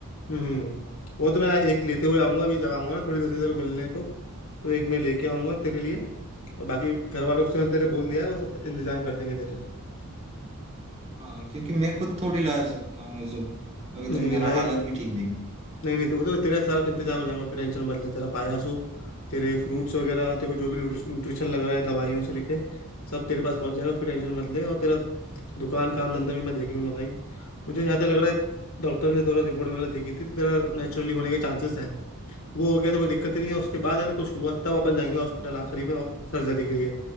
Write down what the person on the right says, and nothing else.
हाँ क्योंकि मैं खुद थोड़ी ला सकता हूँ ये सब अभी
तो मेरा
हालत भी ठीक नहीं है